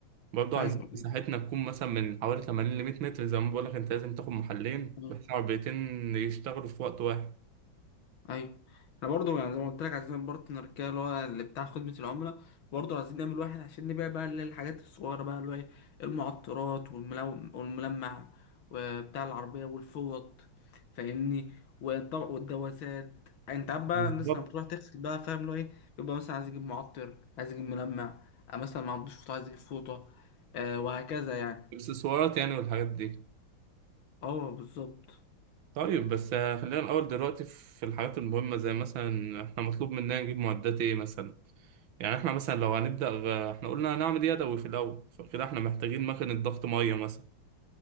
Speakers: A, on the right (about 75°); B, on the left (about 80°).
A: برضه
B: ايوه
A: عايزين مساحتنا
B: ايوه
A: تكون مثلا من حوالي 80 ل 100 متر زي ما بقولك أنت لازم تاخد محلين
B: آه.
A: بحيث عربيتين يشتغلوا في وقت واحد
B: ايوه احنا برضو يعني زي ما قلت لك عايزين بارتنر كده اللي هو اللي بتاع خدمة العملاء برضو عايزين نعمل واحد عشان نبيع بقى اللي هي الحاجات الصغيرة بقى اللي هو ايه المعطرات والملو- والملمع وبتاع العربية والفوط فاهمني والطبق والدواسات انت عارف بقى
A: بالظبط
B: الناس لما بتروح تغسل بقى فاهم اللي هو ايه بيبقى مثلا عايز يجيب معطر عايز يجيب ملمع آه، مثلا ما عندوش فوطة عايز يجيب فوطة آه وهكذا يعني
A: اكسسوارات يعني والحاجات دي
B: اه بالظبط
A: طيب بس آه، خلينا الأول دلوقتي في الحاجات المهمة زي مثلا إحنا مطلوب مننا نجيب معدات إيه مثلا يعني احنا مثلا لو هنبدأ غ- احنا قلنا هنعمل يدوي في الأول فكده احنا محتاجين مكنة ضغط مية مثلا